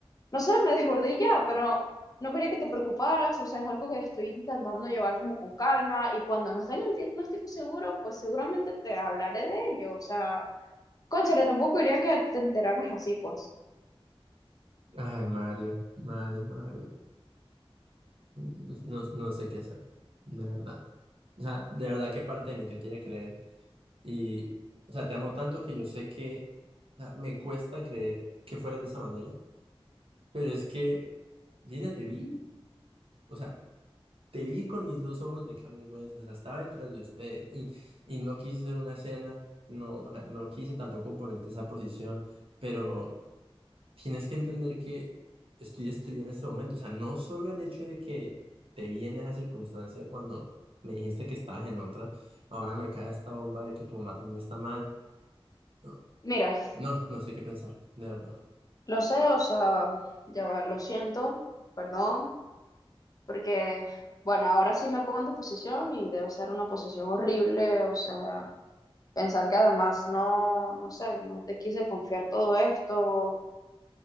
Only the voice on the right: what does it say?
Ay, Mario, Mario, Mario. No, no no sé qué hacer, de verdad. O sea, de verdad qué parte de mí te quiere creer. Y, o sea, te amo tanto que yo sé que o sea, me cuesta creer que fueras de esa manera. Pero es que, Linda, te vi. O sea, te vi con mis dos ojos de carne y hueso. O sea, estaba detrás de usted y, y no quise hacer una escena. No, o sea, no quise tampoco ponerte esa posición, pero. Tienes que entender que estoy estudiando en este momento. O sea, no solo el hecho de que te vi en esa circunstancia cuando me dijiste que estabas en otra, ahora me cae esta bomba de que tu mamá también está mal. No,
no, no sé qué pensar, de verdad.